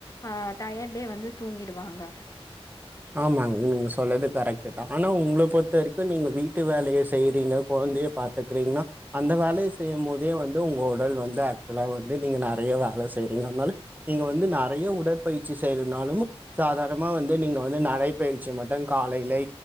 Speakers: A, on the left (about 30°); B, on the right (about 15°).
A: ஆ டயர்டிலே வந்து தூங்கிடுவாங்க
B: ஆமாங்க நீங்க சொல்றது கரெக்ட் தா ஆனா உங்கள பொறுத்தவரைக்கு நீங்க வீட்டுய வேலைய செய்றீங்க கொழந்தைய பாத் றீங்னா அந்த வேலைய செய்யும் போதே வந்து உங்க உடல் வந்து ஆக்சுவலா வந்து நீங்க நெறைய வேல செய்றீங்க னால நீங்க வந்து நெறைய உடற்பயிற்சி செய்றனாலும் சாதாரணமா வந்து நீங்க வந்து நடை பயிற்சி மட்டும் காலையிலே